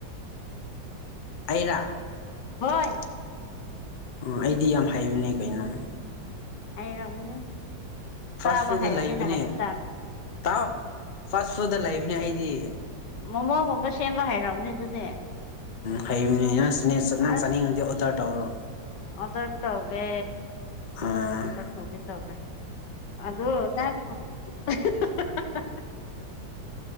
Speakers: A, on the left (about 50°); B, on the left (about 65°).
A: ꯑꯩꯔꯥ
B: ꯍꯣꯏ
A: ꯑꯥ ꯑꯩꯗꯤ ꯌꯥꯝ ꯍꯥꯏꯕꯅꯦ ꯀꯩꯅꯣ
B: ꯍꯥꯏꯔꯝꯒꯅꯤ
A: ꯐꯥꯁ
B: ꯆꯥꯕ
A: ꯐꯨꯗ
B: ꯍꯩꯕꯅꯤꯅ
A: ꯂꯩꯕꯅꯦ
B: ꯍꯩꯕ ꯇꯥꯕꯅꯤ
A: ꯇꯥꯎ ꯐꯥꯁ ꯐꯨꯗꯗ ꯂꯩꯕꯅꯦ ꯑꯩꯗꯤ
B: ꯃꯣꯃꯣꯒꯨꯝꯕ ꯁꯦꯝꯕ ꯍꯩꯔꯝꯒꯅꯤ ꯑꯗꯨꯗꯤ
A: ꯍꯩꯕꯅꯤꯅ <unintelligible> ꯅꯪ
B: ꯑꯁ
A: ꯆꯥꯅꯤꯡꯉꯥꯗꯤ ꯑꯣꯔꯗꯔ ꯇꯧꯔꯣ
B: ꯑꯣꯗꯔ ꯇꯧꯒꯦ
A: ꯑꯥ
B: ꯑꯣꯗꯔ ꯇꯧꯒꯦ ꯇꯧꯒꯦ ꯑꯗꯣ ꯅꯪ <unintelligible> ꯑꯍꯥ ꯍ ꯍ ꯍꯥ